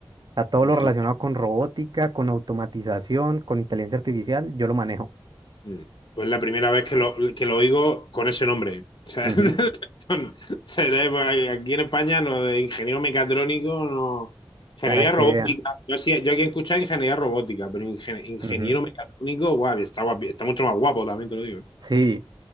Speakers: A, on the right; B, on the left.
A: a todo
B: Coño,
A: lo relacionado
B: es la-
A: con robótica, con automatización, con inteligencia artificial, yo lo manejo.
B: mm. pues la primera vez que lo, que lo oigo con ese nombre. O sea,
A: Ujú,
B: <laughs> son- seré- pues, aquí en España lo de ingeniero mecatrónico no. Ingeniería
A: para que
B: robótica.
A: vea.
B: Yo, sí- yo aquí he escuchado ingeniería robótica, pero ingen- ingeniero
A: ujú.
B: mecatrónico, guau, está guapi- está mucho más guapo, también te lo digo.
A: Sí,